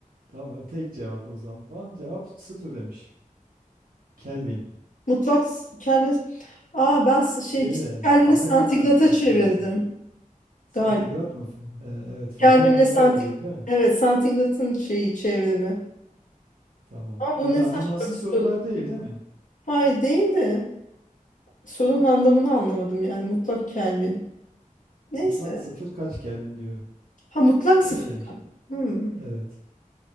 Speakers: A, on the right; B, on the left.
A: Tamam tek cevap o zaman. Cevap sıfır demiş. Kelvin.
B: Mutlak s- Kelvin. Aa ben s- şey
A: Şeyle
B: Kelvin'i
A: Fahrenheit'la
B: santigrata
A: karıştırdın
B: çevirdim
A: sen. Santigrat
B: galiba.
A: mı? F- e, Evet, Fahrenheit'te
B: Kelvin'le santig
A: oluyordu değil mi?
B: evet santigratın şeyi çevrimi.
A: Tamam.
B: Ama bu
A: Yani
B: ne
A: acımasız
B: saçma bir
A: sorular
B: soru.
A: değil değil mi?
B: Hayır değil de sorunun anlamını anlamadım yani mutlak Kelvin. Neyse.
A: Mutlak sıfır kaç Kelvin diyor.
B: Ha mutlak
A: Öyle
B: sıfır.
A: demiş.
B: Hmm.
A: Evet.